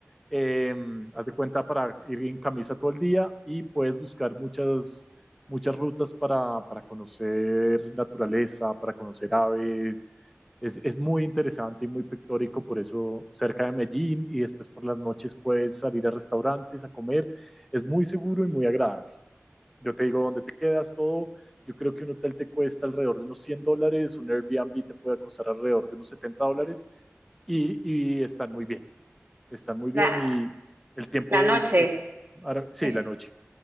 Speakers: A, in the centre; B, on the right.
A: Eh, haz de cuenta para ir en camisa todo el día y puedes buscar muchas, muchas rutas para, para conocer naturaleza, para conocer aves. Es, es muy interesante y muy pictórico, por eso cerca de Medellín y después por las noches puedes salir a restaurantes a comer. Es muy seguro y muy agradable. Yo te digo dónde te quedas, todo. Yo creo que un hotel te cuesta alrededor de unos 100 dólares, un Airbnb te puede costar alrededor de unos 70 dólares y, y están muy bien están muy
B: La,
A: bien y el tiempo
B: la
A: es,
B: noche
A: es marav- sí,
B: es...
A: la noche,